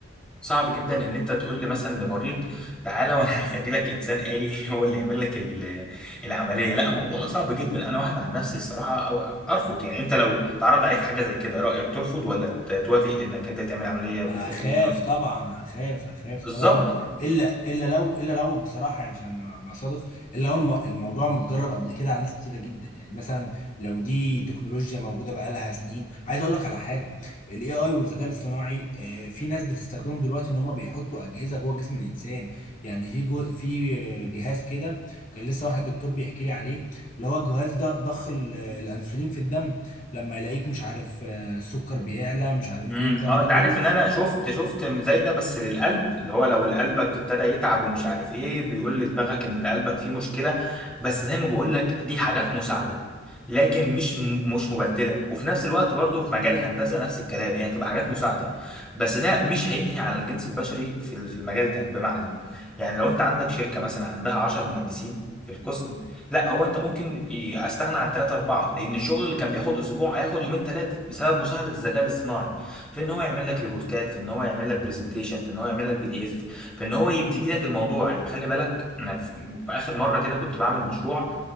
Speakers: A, in the centre; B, on the left.
A: صعب جدا ان انت تقول لي مثلا لمريض تعالى وانا <laughs> هخلي لك انسان آلي <laughs> هو اللي يعمل لك ال- العمليه لا الموضوع ده صعب جدا انا واحد عن نفسي الصراحه أو ارفض يعني انت لو تعرض عليك حاجه زي كده رايك ترفض ولا ت- توافق انك انت تعمل عمليه بالذكاء
B: اخاف
A: الاصطناعي
B: طبعا اخاف اخاف
A: بالظبط
B: طبعا الا الا لو الا لو بصراحه يعني عشان ابقى صادق الا لو الم- الموضوع متجرب قبل كده على ناس كتيره جدا يعني مثلا لو دي تكنولوجيا موجوده بقالها سنين عايز اقول لك على حاجه الاي اي والذكاء الاصطناعي آه، في ناس بتستخدمهم دلوقتي ان هم بيحطوا اجهزه جوه جسم الانسان يعني في جو في آه، جهاز كده كان لسه واحد دكتور بيحكي لي عليه اللي هو الجهاز ده ضخ ال- الانسولين في الدم لما يلاقيك مش عارف آه، السكر بيعلى مش عارف
A: امم
B: ايه الكلام
A: اه
B: ده
A: انت
B: كله
A: عارف ان انا شفت شفت زي ده بس للقلب اللي هو لو قلبك ابتدى يتعب ومش عارف ايه بيقول لدماغك ان قلبك فيه مشكله بس زي ما بقول لك دي حاجات مساعده لكن مش م- مش مبدله وفي نفس الوقت برضو في مجال الهندسه نفس الكلام هي تبقى حاجات مساعده بس ده مش هينهي على الجنس البشري في ال- في المجال ده بمعنى يعني لو انت عندك شركه مثلا عندها 10 مهندسين في القسم لا هو انت ممكن ي- استغنى عن ثلاثة أربعة لأن الشغل اللي كان بياخد أسبوع هياخد يومين ثلاثة بسبب مساعدة الذكاء الاصطناعي في ان هو يعمل لك ريبورتات في ان هو يعمل لك برزنتيشن في ان هو يعمل لك بي دي اف في ان هو يبتدي لك الموضوع يعني خلي بالك انا في في اخر مره كده كنت بعمل مشروع